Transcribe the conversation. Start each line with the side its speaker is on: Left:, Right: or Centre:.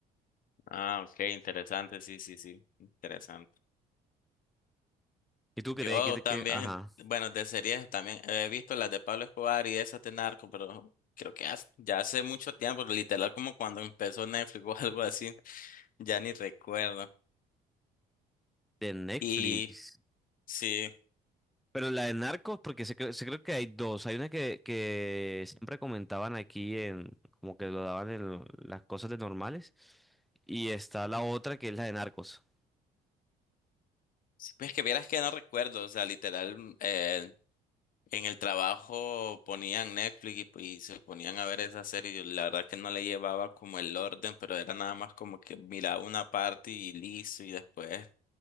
Left: Ah, ok, interesante, sí, sí, sí, interesante.
Centre: ¿Y tú
Left: Yo
Centre: crees que, te
Left: también,
Centre: que, ajá?
Left: bueno, de series también he visto las de Pablo Escobar y esas de Narco, pero creo que hace- ya hace mucho tiempo, literal como cuando empezó Netflix <laughs> o algo así, ya ni recuerdo.
Centre: De Netflix.
Left: Y sí.
Centre: Pero la de Narcos, porque se, creo, se creo que hay dos. Hay una que, que siempre comentaban aquí en, como que lo daban en las cosas de normales. Y está la otra que es la de Narcos.
Left: Sí, Pues que vieras que no recuerdo, o sea, literal, eh, en el trabajo ponían Netflix y, y se ponían a ver esa serie. Yo la verdad que no le llevaba como el orden, pero era nada más como que miraba una parte y listo, y después